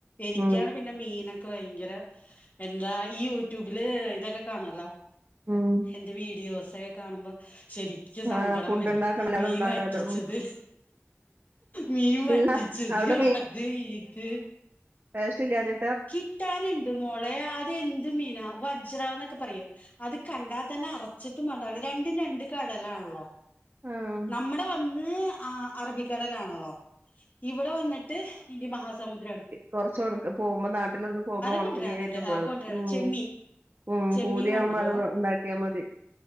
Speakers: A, on the left (about 35°); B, on the right (about 45°).
A: എനിക്കാ
B: ഉം.
A: പി ന്നെ മീനൊക്കെ ഭയങ്കര എന്താ ഈ യൂട്യൂബില് ഇതൊക്കെ കാണുവല്ലോ
B: ഉം
A: ന്റെ വീഡിയോസെ ക്കെ കാണുമ്പോ ശെ ക്ക് സങ്കടം
B: ആഹ് ഫുഡ്
A: വരും
B: ഉണ്ടാക്കണല്ലോ
A: മീ
B: അതുണ്ടാക്കാലോ.
A: വറ്റിച്ചത്
B: ഉം.
A: മീൻ വറ്റിച്ചത്
B: അല്ല അവിടെ
A: അത് ഇത്
B: വേസ്റ്റ് ഇില്ലന്നിട്ട്
A: കിട്ടാനുണ്ട് മോളെ അത് എന്ത് മീനാ വജ്രാന്നൊക്കെ പറയും അത് കണ്ടാതന്നെ അറച്ചിട്ടും വേണല്ലോ രണ്ടും രണ്ട് കടലാണല്ലോ
B: ആഹ്.
A: നമ്മടെ വന്ന് അറബിക്കടലാണല്ലോ ഇവിടെ വന്നിട്ട് ഇന്ത്യൻ മഹാസമുദ്രമാ
B: കൊറച്ച ഉണക്ക് പോകുമ്പോ നാട്ടിലൊന്ന് പോകുമ്പോ ഉണക്ക
A: കൊണ്ടുവരാറുണ്ട്
B: മീനായിട്ടും പോയത്
A: ആ കൊണ്ടുവരാ
B: ഉം.
A: ചെമ്മീൻ
B: ഉം
A: ചെമ്മീൻ
B: പൂതിവുമ്പം
A: കൊണ്ടുവരും
B: അത് ഉണ്ടാക്കിയാ മതി.